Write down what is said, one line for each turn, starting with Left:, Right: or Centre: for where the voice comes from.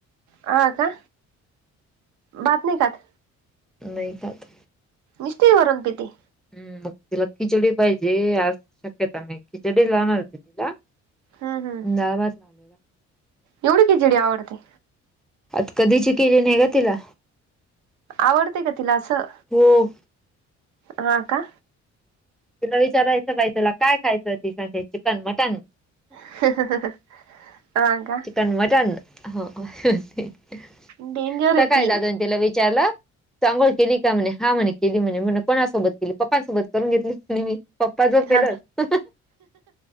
Right: हा का भात नाही खात
Centre: नाही खात
Right: नुसती वरण पिती
Centre: हम् मग तिला खिचडी पाहिजे आज शक्यता मी खिचडी लावणार होती तिला
Right: हम् हम
Centre: डाळ भात लावला.
Right: एवढी खिचडी आवडते.
Centre: आत कधीची केली नाही ग तिला.
Right: आवडते का तिला असं
Centre: हो
Right: हा का
Centre: तिला विचारायचं बाई तुला काय खायचं ति सांगते चिकन मटन
Right: <inaudible> का
Centre: चिकन मटन हो ते. स
Right: डेंजर आहे
Centre: कायतदादाने
Right: ती
Centre: तिला विचारले. चांगोळ केली का म्हणे हा म्हणे केली म्हणे म्ह कोणासोबत केली पप्पांसोबत करून घेतली म्हणे मी पप्पा झॊपलेलत.
Right: हा